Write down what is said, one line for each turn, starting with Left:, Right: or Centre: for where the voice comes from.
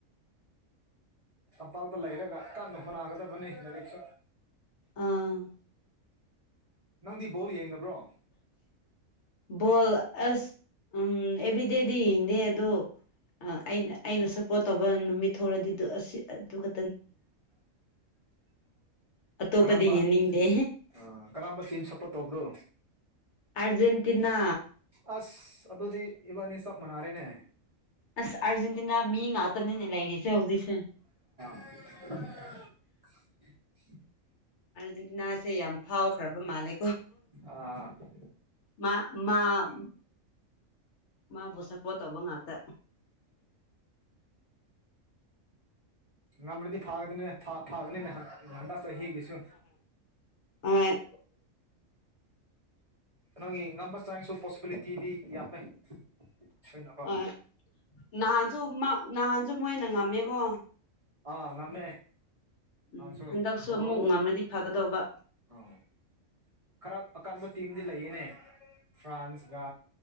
Right: ꯇꯝꯄꯥꯛꯇ ꯂꯩꯔꯒ ꯀꯟꯅ ꯍꯣꯠꯅꯥꯒꯗꯕꯅꯤ ꯂꯩꯔꯤꯛꯁꯨ
Left: ꯑꯥ
Right: ꯅꯪꯗꯤ ꯕꯣꯜ ꯌꯦꯡꯗꯕ꯭ꯔꯣ
Left: ꯕꯣꯜ ꯑꯁ ꯎꯝ ꯑꯦꯕꯔ꯭ꯤꯗꯦꯗꯤ ꯌꯦꯡꯗꯦ ꯑꯗꯨ ꯑ ꯑꯩꯅ ꯑꯩꯅ ꯁꯞꯄꯣꯠ ꯇꯧꯕ ꯅꯨꯃꯤꯠ ꯊꯣꯔꯗꯤ ꯗ ꯑꯁꯤ ꯑꯗꯨꯒ ꯑꯇꯣꯞꯄꯗꯤ
Right: ꯀꯔꯝꯕ
Left: ꯌꯦꯡꯅꯤꯡꯗꯦ
Right: ꯑ ꯑ ꯀꯔꯝꯕ ꯇꯤꯝ ꯁꯞꯄꯣꯔꯠ ꯇꯧꯕ꯭ꯔꯣ
Left: ꯑꯔꯖꯦꯟꯇꯤꯅꯥ
Right: ꯑꯁ ꯑꯗꯨꯗꯤ ꯏꯕꯥꯅꯤ ꯆꯞ ꯃꯥꯟꯅꯥꯔꯦꯅꯦ
Left: ꯑꯁ ꯑꯥꯔꯖꯦꯟꯇꯤꯅꯥ ꯃꯤ ꯉꯥꯛꯇꯅꯤꯅꯦ ꯂꯩꯔꯤꯁꯦ ꯍꯧꯖꯤꯛꯁꯦ
Right: <inaudible>
Left: ꯑꯥꯔꯖꯦꯟꯇꯤꯅꯥꯁꯦ ꯌꯥꯝ ꯐꯥꯎꯈ꯭ꯔꯕ ꯃꯥꯂꯦ
Right: ꯑꯩꯈꯣꯏ
Left: ꯃꯥ ꯃꯥ ꯃꯥꯕꯨ ꯁꯄꯣꯔꯠ ꯇꯧꯕ ꯉꯥꯛꯇ
Right: ꯉꯝ꯭ꯔꯗꯤ ꯐꯥꯒꯗꯅꯦ ꯐꯥꯒꯅꯤꯅꯦ ꯍꯟꯗꯛ ꯆꯍꯤꯒꯤꯁꯨ
Left: ꯑ
Right: ꯅꯪꯒꯤ ꯉꯝꯕ ꯆꯥꯡꯁꯨ ꯄꯣꯁꯤꯕꯤꯂꯤꯇꯤꯗꯤ ꯌꯥꯝꯃꯦ ꯁꯣꯏꯅꯀꯣ
Left: ꯍꯣꯏ ꯅꯍꯥꯟꯁꯨ ꯅꯍꯥꯟꯁꯨ ꯃꯣꯏꯅ ꯉꯝꯃꯦꯀꯣ
Right: ꯑꯥ ꯉꯃꯦ
Left: ꯎꯝ
Right: ꯑꯁꯨꯣ
Left: ꯍꯟꯗꯛꯁꯨ
Right: ꯣ
Left: ꯑꯃꯨꯛ ꯉꯝꯂꯗꯤ ꯐꯒꯗꯧꯕ
Right: ꯑ ꯑ <unintelligible> <inaudible> ꯈꯔ ꯑꯀꯟꯕ ꯇꯤꯝꯗꯤ ꯂꯩꯌꯦꯅꯦ ꯐ꯭ꯔꯥꯟꯁꯀ